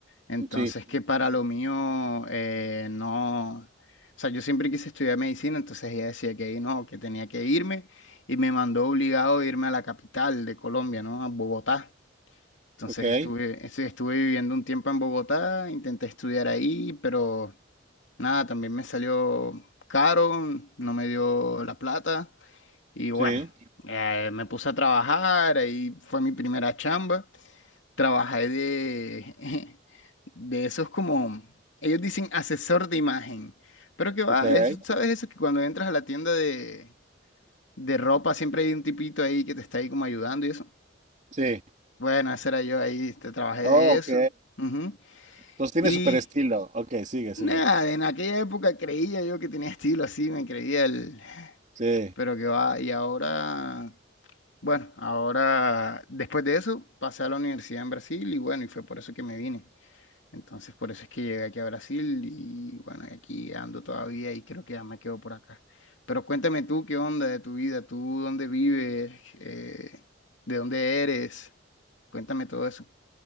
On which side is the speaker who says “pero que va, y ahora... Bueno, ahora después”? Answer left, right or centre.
Left